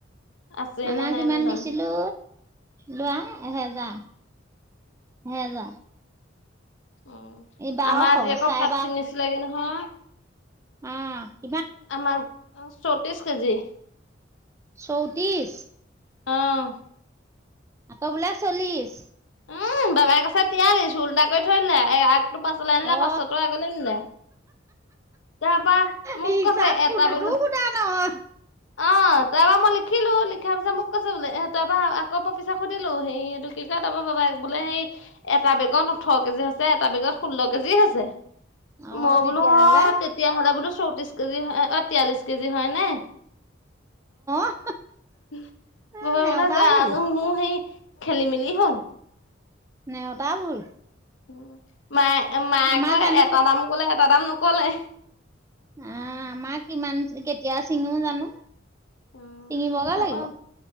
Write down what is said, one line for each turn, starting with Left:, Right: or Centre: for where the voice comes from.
Left: আছে
Right: আমাৰ
Left: নে নাই
Right: কিমান
Left: নাজানো,
Right: দিছিলোঁ? লোৱা এহেজাৰ এহেজা।
Left: উম,
Right: বাৰশ
Left: আমাৰ আজি আকৌ
Right: চাৰে
Left: পাত ছিঙি ছিলেগে নহয়।
Right: অঁ।
Left: আমাক অঁ চৌত্ৰিছ কেজি।
Right: চৌত্ৰিছ?
Left: অঁ।
Right: আকৌ বোলে চল্লিশ।
Left: উম বাবাই কৈছে টিয়ালিছ উল্টা কৰি থৈ দিলে। এই তো পাছলে আনিলে
Right: অ
Left: পাছৰটো আগলে নিলে। তাপা মোক
Right: হিচাপ
Left: কৈছে এটা
Right: কোনোতো
Left: বেগত
Right: সোধা নহয়
Left: অঁ তাৰপৰা মই লিখিলোঁ লিখা পিছত মোক কৈছে বোলে এহ তা পা আকৌ মই পিছত সুধিলো সেই এইটো কি কয়? তাপা বাবাই বোলে সেই এটা বেগত ওঠৰ কেজি হৈছে এটা বেগত ষোল্ল কেজি হৈছে।
Right: অ
Left: মই
Right: তেতিয়াহ'লে
Left: বোলো অঁ তেতিয়াহ'লে বোলো চৌত্ৰিছ কেজি হয় অঁ তিয়াল্লিশ কেজি হয়নে?
Right: অ
Left: উমহ,
Right: আ,
Left: মই ভাবিলো
Right: নেওতা
Left: যে জানো
Right: ভুল
Left: মোৰ সেই খেলি মেলি হ'ল।
Right: নেওতা ভুল।
Left: উম, মায়ে মায়ে
Right: আমাৰ
Left: কয়
Right: জানো
Left: এটা
Right: কে
Left: দাম ক'লে এটা দাম নক'লে।
Right: এ আমাৰ কিমান কেতিয়া ছিঙিব জানো?
Left: উম,
Right: ছিঙিবগে
Left: উম তাপা।
Right: লাগিব